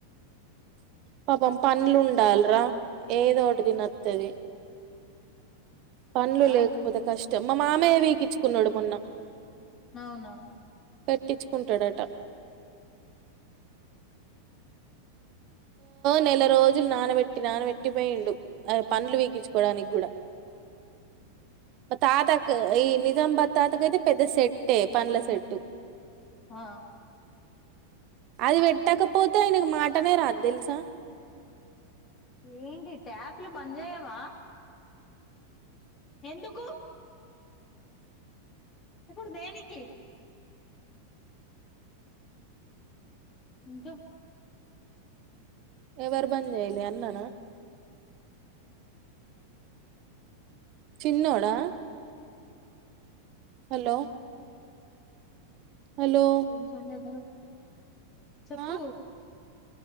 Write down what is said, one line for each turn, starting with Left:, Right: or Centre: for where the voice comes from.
Right: పాపం పండ్లు ఉండాలరా ఏదోటి తినోత్తాది. పండ్లు
Left: ఆ
Right: లేకపోతే కష్టం. మా మామయ్య పీకించుకున్నాడు మొన్న.
Left: అవునా!
Right: పెట్టించుకుంటాడట. నెల రోజులు నానబెట్టి నానబెట్టి పోయిండు అ పండ్లు పీకించుకోవడానికి కూడా. మా తాతకు ఈ నిజాంబాద్ తాతకు అయితే పెద్ద సెట్ ట్టే పండ్ల సెట్టు.
Left: ఆ
Right: అది పెట్టకపోతే ఆయనకు మాటనే రాదు తెలుసా?
Left: ఏంటి ట్యాప్లు బంద్ చేయవా? ఎందుకు? ఇపుడు దేనికి? ఇంకా.
Right: ఎవరు బంద్ చేయాలి అన్నానా? చిన్నోడా హలో! హలో
Left: ఎంటిసంగతులు చెప్పు.
Right: ఆ